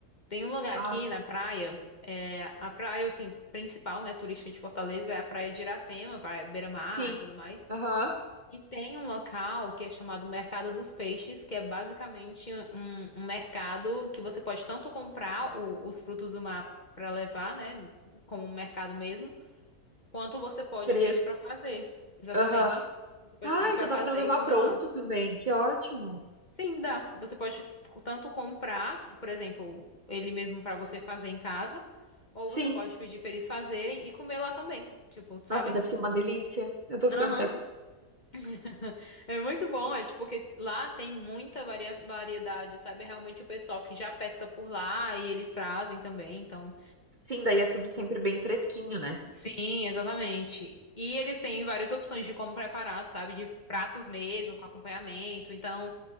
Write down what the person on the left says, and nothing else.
Tem um lugar
aqui na praia, é, a praia, assim, principal, né, turística de Fortaleza, é a praia de Iracema, praia Beira-Mar
e tudo mais.
E tem um local que é chamado Mercado dos Peixes, que é basicamente um, um mercado que você pode tanto comprar o- os frutos do mar para levar, né, como um mercado mesmo, Quanto você pode
pedir pra fazer. Exatamente.
Você pode
pedir pra
fazer
e comer
lá.
Sim, dá. Você pode tanto comprar, por exemplo, ele mesmo pra você fazer em casa, ou
você pode pedir pra eles fazerem e comer lá também. Tipo, sabe?
Aham.
<laughs> É muito bom, é tipo, porque lá tem muita varia- variedade, sabe? É Realmente o pessoal que já pesca por lá e eles trazem também, então.
Sim, exatamente. E eles têm várias opções de como preparar, sabe? De pratos mesmo, com acompanhamento. Então,